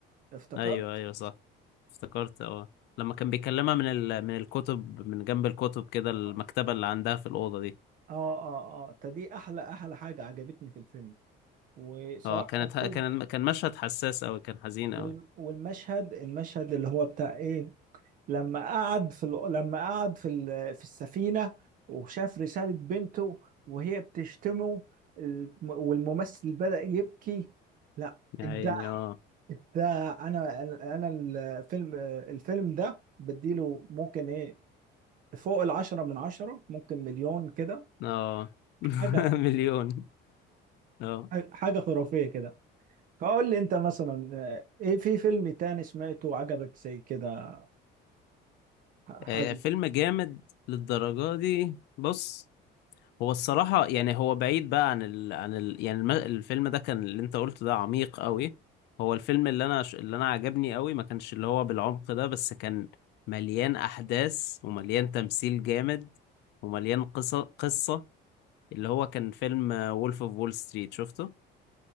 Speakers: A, on the right; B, on the left.
A: افتكرت؟
B: ايوه ايوه صح افتكرت اه لما كان بيكلمها من ال... من الكتب من جنب الكتب كده المكتبة
A: آه
B: اللي عندها في الأوضة دي
A: آه آه ده دي أحلى أحلى حاجة عجبتني في الفيلم وصراحة
B: اه كانت
A: كان
B: كان
A: كل
B: كان مشهد حساس أوي كان حزين
A: وال-
B: أوي
A: والمشهد المشهد اللي هو بتاع ايه لما قعد في ال... لما قعد في ال... في السفينة وشاف رسالة بنته وهي بتشتمه الم... والممثل بدأ يبكي لا
B: يا
A: ابداع
B: عيني اه
A: ابداع انا انا الفيلم الفيلم ده بديله ممكن ايه فوق العشرة من عشرة ممكن مليون كده
B: اه <laughs>
A: حاجة
B: مليون اه
A: حاجة خرافية كده فقول لي انت مثلا آه، ايه في فيلم تاني سمعته وعجبك زي كده حاجة
B: آه، فيلم جامد للدرجة دي بص هو الصراحة يعني هو بعيد بقى عن ال... عن ال... يعني الم... الفيلم ده كان اللي انت قلته ده عميق قوي هو الفيلم اللي انا اللي انا عجبني قوي ما كانش اللي هو بالعمق ده بس كان مليان احداث ومليان تمثيل جامد ومليان قصة قصة اللي هو كان فيلم وولف اوف وول ستريت شفته